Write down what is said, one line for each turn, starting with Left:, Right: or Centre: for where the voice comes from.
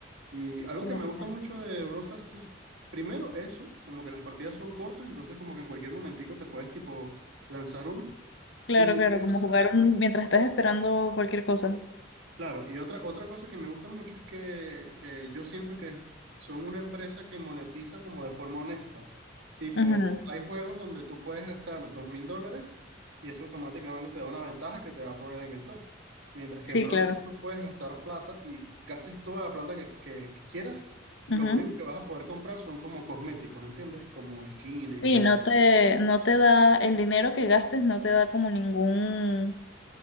Right: Y algo
Left: Ok.
Right: que me gusta mucho de Brawl Stars es, primero, eso, como que las partidas son cortas, entonces como que en cualquier momentico te puedes tipo lanzar una.
Left: Claro,
Right: Y
Left: claro,
Right: otra,
Left: como jugar un- mientras estás esperando cualquier cosa.
Right: Claro, y otra, otra cosa que me gusta mucho es que eh, yo siento que son una empresa que monetiza como de forma honesta. Tipo,
Left: Ujú,
Right: hay juegos donde tú puedes gastar dos mil dólares y eso automáticamente te da una ventaja que te va a poner en el top. Mientras
Left: Sí,
Right: que en Brawl
Left: claro.
Right: Stars tú puedes gastar plata y gastes toda la plata que, que- que quieras, lo
Left: Ujú.
Right: único que vas a poder comprar son como cosméticos, ¿entiendes? Como skins
Left: Sí,
Right: y eso.
Left: no te, no te da el dinero que gastes, no te da como ningún,